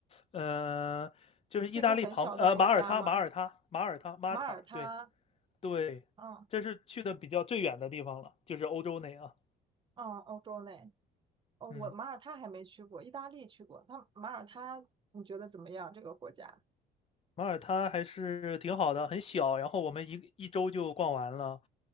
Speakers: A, on the left (about 35°); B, on the right (about 30°).
A: 呃，就是意大利旁呃马耳他，
B: 是一个很小的国家吗？
A: 马耳他，马耳他，马塔，
B: 马耳他，
A: 对对，
B: 嗯
A: 这是去的比较最远的地方了，就是欧洲内啊。
B: 嗯，欧洲内。哦，
A: 嗯，
B: 我马耳他还没去过，意大利去过。它马耳他，你觉得怎么样？这个国家？
A: 马耳他还是挺好的，很小，然后我们一一周就逛完了。